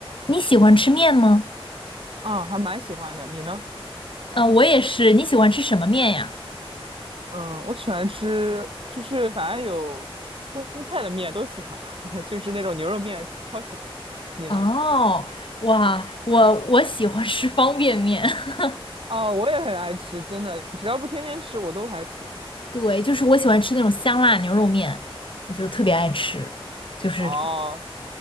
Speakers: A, on the left (about 60°); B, on the right (about 65°).
A: 你喜欢吃面吗？
B: 嗯，还蛮喜欢的。你呢？
A: 啊、我也是。你喜欢吃什么面呀？
B: 嗯，我喜欢吃，就是反正有荤菜的面都喜欢，<laughs> 就是那种牛肉面超喜欢。你呢？
A: 哦，哇，我我喜欢吃方便面。<laughs>
B: 啊，我也很爱吃，真的，只要不天天吃，我都还挺。
A: 对，就是我喜欢吃那种香辣牛肉面，我就特别爱吃，就是
B: 哦